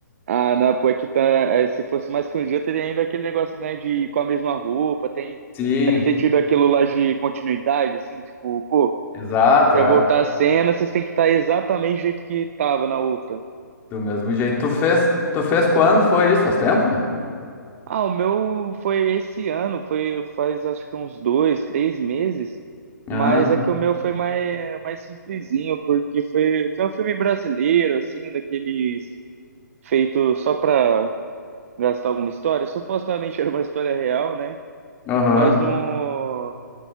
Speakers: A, on the right; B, on the left.
A: Ah, não, pô, é que tá, é, se fosse mais que um dia, teria ainda aquele negócio, né, de ir com a mesma roupa, tem,
B: Sim,
A: deve ter tido aquilo lá de continuidade, assim, tipo, pô,
B: exato,
A: já
B: é,
A: voltar a cena, vocês têm que estar exatamente do jeito que tava na outra.
B: do mesmo jeito. Tu fez, tu fez quando foi isso? Faz tempo?
A: Ah, o meu foi esse ano, foi faz acho que uns dois, três meses, mas
B: Ah,
A: é que o meu foi mais, mais simplesinho, porque foi, foi um filme brasileiro, assim, daqueles feito só pra gastar alguma história. Supostamente <laughs> era uma história real, né?
B: aham.
A: Mas não,